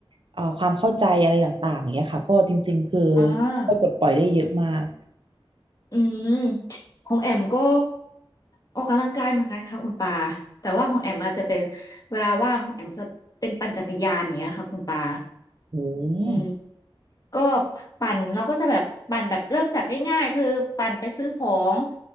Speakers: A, on the right; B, on the left.
A: เอ่อความเข้าใจอะไรต่างๆอย่างเงี้ยค่ะก็จริงๆคือ
B: อ่า
A: ช่วยปลดปล่อยได้เยอะมาก
B: อืมของแอมก็ออกกำลังกายเหมือนกันค่ะคุณปาแต่ว่าของแอมอาจจะเป็นเวลาว่างของแอมจะเป็นปั่นจักรยานอย่างเงี้ยค่ะคุณปา
A: โอ้โห
B: อืมก็ปั่นเราก็จะแบบปั่นแบบเริ่มจากง่ายๆคือปั่นไปซื้อของ